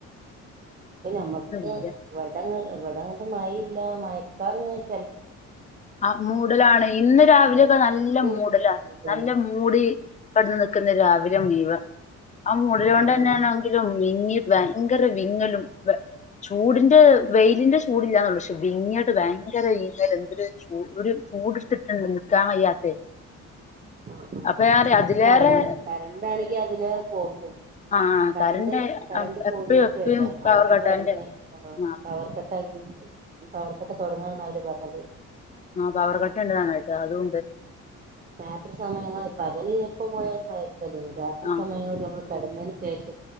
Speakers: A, on the right; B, on the left.
A: പ്പ ഞമ്മക്ക്
B: ഇല്ല
A: ഇവടങ്ങ് ഇവടങ്ങോട്ട് മയയില്ലാ. മയക്കാറിങ്ങ് ചെല
B: ആ മൂടലാണ് ഇന്ന് രാവിലെയൊക്കെ
A: എരട്ടി
B: നല്ല മൂടലാണ്.
A: ചൂടാണ്
B: നല്ല മൂടി കടന്ന് നിക്കുന്ന രാവിലെ മുയുവൻ. ആ മൂടല് കൊണ്ട്
A: ആഹ്
B: തന്നെണങ്കിലും
A: ആഹ്
B: വിങ്ങി ഭയങ്കര വിങ്ങലും വെ ചൂടിന്റ വെയിലിന്റ ചൂടില്ലാന്നെള്ളൂ പക്ഷേ വിങ്ങിട്ട് ഭയ് ങ്കര വീങ്ങല് എന്തര് ചൂ ഉ ഒരു ചൂടെട്ത്തിട്ട്ണ്ട് നിക്കാൻ വയ്യാത്തെ
A: ആഹ് ആഹ്
B: അപ്പൊ ഞാന് അതിലേറെ
A: കരണ് കരണ്ടാണെങ്കി അതിലേറെ പോക്കും.
B: ആ
A: കരണ്ട്
B: കറണ്ട്
A: കരണ്ട്
B: എപ്പഴും
A: പോയീട്ട്
B: എപ്പഴും
A: വര്യാ
B: പവർ
A: അവര്
B: കട്ടാന്റെ
A: പറഞ്ഞ്
B: ആ
A: പവർ കട്ടാക്കി ഇനി പവർക്കട്ട് തൊടങ്ങാന്ന ഓല് പറഞ്ഞത്.
B: ആ പവർ കട്ട് ഉണ്ടതാനായിട്ട് അതുണ്ട്
A: രാത്രി സമയങ്ങള് പകല് എപ്പ പോയാലു പ്ര അത് ന്നെ. രാത്രി
B: ആ
A: സമയങ്ങളിൽ <unintelligible> കെടന്നതിന് ശേഷം